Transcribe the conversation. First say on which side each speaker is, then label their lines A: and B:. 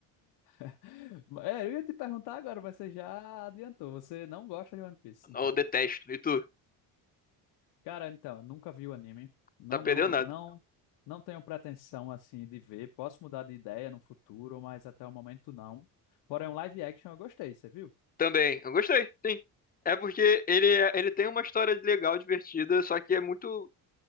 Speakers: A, on the left; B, on the left.
A: <laughs> É, eu ia te perguntar agora, mas você já adiantou. Você não gosta de One Piece, então.
B: Eu detesto, e tu?
A: Cara, então, eu nunca vi o anime. Não,
B: Tá perdendo
A: não, não,
B: nada.
A: não tenho pretensão, assim, de ver. Posso mudar de ideia no futuro, mas até o momento não. Porém, um live action eu gostei, você viu?
B: Também, eu gostei, sim. É porque ele, é- ele tem uma história legal, divertida, só que é muito,